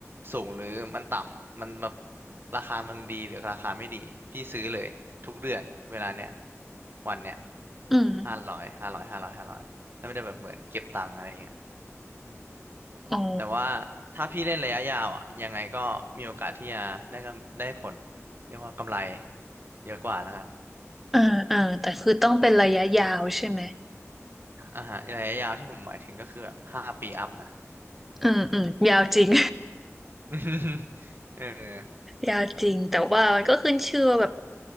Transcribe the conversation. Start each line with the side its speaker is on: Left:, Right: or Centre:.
Right: สูงหรือมันต่ำมันแบบราคามันดีหรือราคาไม่ดีพี่ซื้อเลยทุกเดือนเวลาเนี้ยวันเนี้ย
Centre: อืม
Right: ห้าร้อยห้าร้อยห้าร้อยห้าร้อยแล้วมันจะแบบเหมือนเก็บตังค์อะไรเงี้ย
Centre: อ๋อ
Right: แต่ว่าถ้าพี่เล่นระยะยาวอ่ะยังไงก็มีโอกาสที่จะได้กำได้ผลเรียกว่ากำไรเยอะกว่าแล้วกัน
Centre: เออเออแต่คือต้องเป็นระยะยาวใช่ไหม
Right: อ่าฮะระยะยาวที่ผมหมายถึงก็คือแบบห้าปีอัพนะ
Centre: อืมอืมยาวจริง
Right: <laughs> เออ
Centre: ยากจริงแต่ว่ามันก็ขึ้นชื่อว่าแบบ